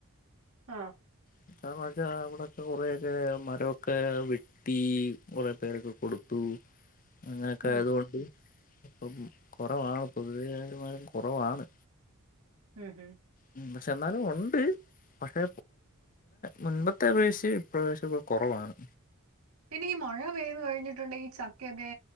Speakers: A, on the right (about 75°); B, on the left (about 40°).
A: ആഹ്
B: <unintelligible> കൊറേയൊക്കെ മരൊക്കെ വി ഈ കൊറേപേരൊക്കെ കൊടുത്തു അങ്ങനെയൊക്കെ
A: ഉം
B: ആയതുകൊണ്ട് ഇപ്പം കുറവാണ് പൊതുവെ കൊറവാണ്
A: ഉം ഉം
B: ഉം പക്ഷെ എന്നാലും ഉണ്ട് പക്ഷെ മുമ്പത്തെ അപേക്ഷിച്ച് പ്പം കൊറവാണ്
A: പിന്നെ ഈ മഴ പെയ്തു കഴിഞ്ഞിട്ടുണ്ടെങ്കി ഈ ചക്കയൊക്കെ